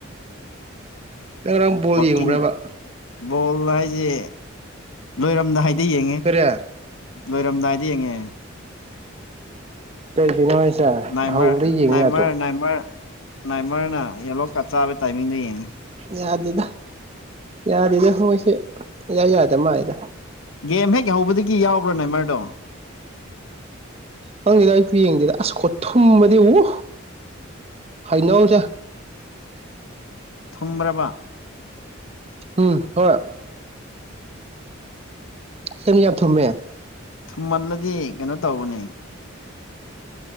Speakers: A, on the right; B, on the left.
A: ꯅꯪ ꯉꯔꯥꯡ ꯕꯣꯜ
B: ꯀꯆꯤꯡꯣꯜ
A: ꯌꯦꯡꯕ꯭ꯔꯕ
B: ꯁꯤ ꯂꯣꯏꯔꯝꯗꯥꯏꯗ ꯌꯦꯡꯉꯦ
A: ꯀꯔꯤ
B: ꯂꯣꯏꯔꯝꯗꯥꯏꯗ ꯌꯦꯡꯉꯦ
A: ꯀꯩꯒꯤꯅꯣ ꯍꯥꯏꯁꯦ
B: ꯅꯥꯏꯃꯔ
A: ꯍꯧꯕꯗ ꯌꯦꯡꯉ
B: ꯅꯥꯏꯃꯔ
A: ꯌꯥꯗ꯭ꯔꯣ
B: ꯅꯥꯏꯃꯔ ꯅꯥꯏꯃꯔꯅ ꯌꯦꯂꯣꯀꯞ ꯆꯥꯕꯒꯤ ꯇꯥꯏꯃꯤꯡꯗꯣ ꯌꯦꯡꯉꯦ
A: ꯌꯥꯗꯦꯗ ꯌꯥꯗꯦꯗ ꯃꯣꯏꯁꯦ ꯌꯥꯌꯥ ꯌꯥꯗ ꯃꯥꯜꯂꯤꯗ
B: ꯒꯦꯝ ꯍꯦꯛ ꯍꯧꯕꯗꯒꯤ ꯌꯥꯎꯕ꯭ꯔꯥ ꯅ ꯃꯔꯔꯗꯣ
A: ꯈꯪꯉꯗ ꯑꯩꯁꯨ ꯌꯦꯡꯦ ꯑꯁ ꯈꯣ ꯊꯨꯝꯕꯗꯤ ꯎ ꯍꯥꯏꯅꯧꯁꯦ
B: ꯊꯨꯝ꯭ꯔꯕ
A: ꯎꯝ ꯍꯣꯏ ꯁ ꯌꯥꯝ ꯊꯨꯝꯃꯦ
B: ꯊꯨꯝꯃꯟꯂꯗꯤ ꯀꯩꯅꯣ ꯇꯧꯕꯅꯦ